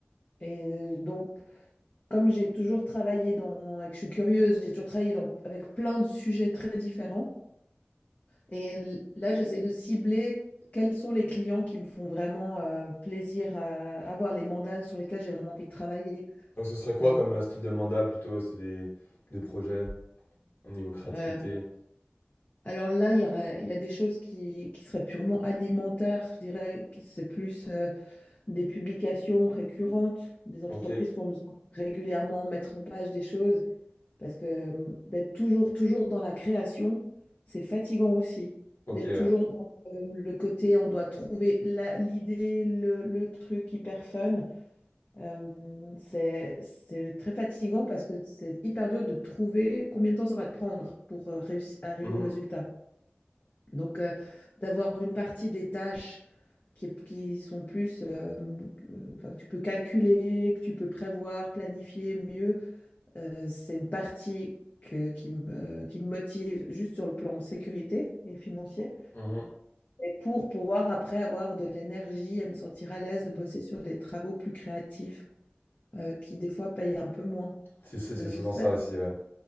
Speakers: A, on the left; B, on the left.
A: Et euh, donc, comme j'ai toujours travaillé dans, et que je suis curieuse, j'ai toujours travaillé dans, avec plein de sujets très différents. Et l- là, j'essaie de cibler quels sont les clients qui me font vraiment euh, plaisir à avoir, les mandats sur lesquels j'ai vraiment envie de travailler.
B: Donc, ce serait quoi
A: Euh,
B: comme euh, style de mandat plutôt? C'est des, des projets au niveau créativité.
A: euh, alors là, il y aura- il y a des choses qui, qui seraient purement alimentaires, je dirais, qui c'est plus euh, des publications récurrentes, des entreprises
B: Ok,
A: qui vont régulièrement mettre en page des choses. Parce que hum, d'être toujours, toujours dans la création, c'est fatigant aussi.
B: ok,
A: D'être
B: ouais.
A: toujours dans euh, le côté, on doit trouver la- l'idée, le, le truc hyper fun. Euh, c'est, c'est très fatigant parce que c'est hyper dur de trouver combien de temps ça va te prendre pour euh, réussi- arriver
B: Mhm,
A: au résultat. Donc, euh, d'avoir une partie des tâches qui, qui sont plus, euh, euh, enfin, que tu peux calculer, que tu peux prévoir, planifier mieux euh, c'est une partie que- qui me, qui me motive juste sur le plan sécurité et financier,
B: mhm.
A: et pour pouvoir après avoir de l'énergie et me sentir à l'aise de bosser sur des travaux plus créatifs euh, qui des fois payent un peu moins.
B: C'est c'est- c'est
A: Euh,
B: souvent
A: je sais
B: ça
A: pas si,
B: aussi, ouais.